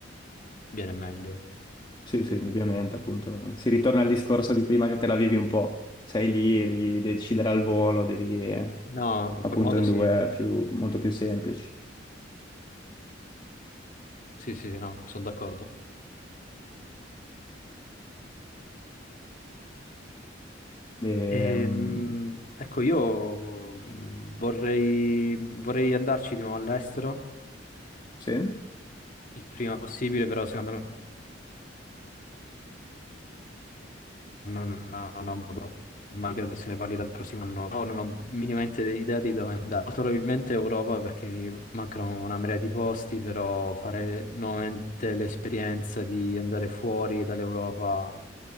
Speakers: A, on the left; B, on the left.
A: viene meglio.
B: Sì, sì, indubbiamente, appunto. Si ritorna al discorso di prima che te la vivi un po'. Sei lì, devi decidere al volo, devi eh,
A: No, in
B: appunto
A: quel modo
B: in
A: sì.
B: due è più, molto più semplici.
A: Sì, sì, sì, no, sono d'accordo.
B: E,
A: Ehm,
B: mm,
A: ecco, io mm, vorrei, vorrei andarci di nuovo all'estero.
B: sì.
A: Il prima possibile, però secondo me non, non ho modo, ma credo che se ne parli dal prossimo anno, però non ho minimamente idea di dove andare. Molto Probabilmente Europa perché mi mancano una marea di posti, però fare nuovamente l'esperienza di andare fuori dall'Europa